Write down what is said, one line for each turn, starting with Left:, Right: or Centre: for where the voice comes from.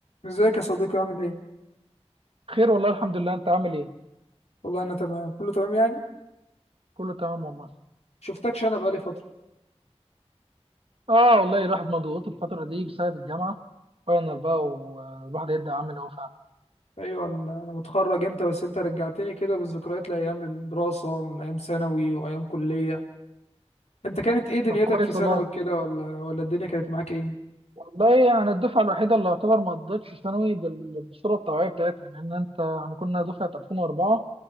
Left: ازيك يا صديقي عامل ايه؟
Right: خير والله الحمد لله انت عامل ايه
Left: والله انا تمام كله تمام يعني
Right: كله تمام والله
Left: شفتكش انا بقالي فترة
Right: اه والله الواحد مضغوط الفتره دي بسبب الجامعه فاينل بقى والواحد هيبدا عامل اهو فعلا
Left: ايوه ال- انا متخرج امتى بس انت رجعتني كده بالذكريات لايام الدراسة من ايام ثانوي وايام كلية انت كانت ايه دنيتك
Right: طب كويس
Left: في ثانوي
Right: والله
Left: كده ولا ولا الدنيا كانت معاك ايه؟
Right: والله انا الدفعه الوحيده اللي يعتبر ما قضتش ثانوي بال- بالصوره الطبيعيه بتاعتها لان انت احنا كنا دفعه 2004